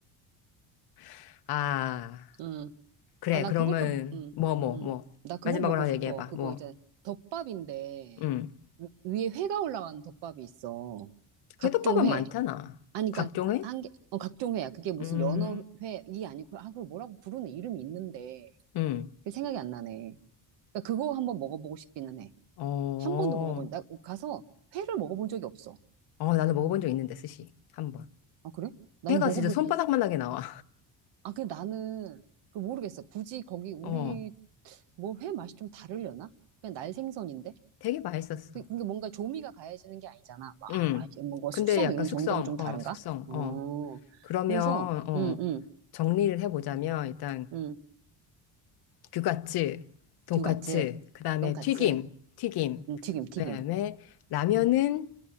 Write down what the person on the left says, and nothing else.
<laughs> 아,
그래.
그러면,
뭐, 뭐,
뭐.
마지막으로
하나
얘기해봐.
뭐,
음.
회덮밥은
많잖아.
각종
회?
음,
음,
어, 어,
어, 나도 먹어본 적 있는데, 스시. 한 번.
회가
진짜 손바닥만하게 나와.
<laughs> 어,
되게 맛있었어.
음,
근데
약간
숙성,
어, 숙성,
어. 그러면,
어,
정리를 해보자면, 일단,
규가츠, 돈까츠,
그 다음에
튀김, 튀김.
그 다음에, 라면은,